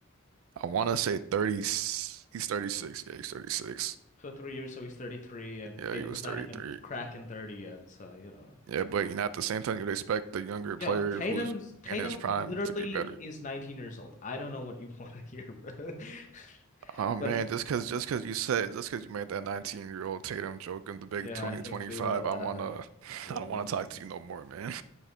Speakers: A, on the right (about 75°); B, on the left (about 35°).
A: I want to say 30. He's 36. Yeah, he's 36.
B: So three years, so he's 33, and
A: Yeah,
B: Tatum's
A: he was
B: not
A: 33.
B: even cracking 30 yet. So, you know.
A: Yeah, but you know, at the same time, you'd expect the younger
B: Yo,
A: player
B: Tatum's
A: who's
B: Tatum
A: in his prime
B: literally
A: to be better.
B: is 19 years old. I don't know what you <laughs> want to hear, bro. <laughs>
A: Oh man,
B: But
A: just cause just cause you said just cause you made that 19 year old Tatum joke in the big
B: yeah,
A: 2025,
B: I think we will
A: I
B: uh
A: wanna <laughs>
B: yeah,
A: I don't wanna
B: let's
A: talk
B: end
A: to
B: this.
A: you no more, man.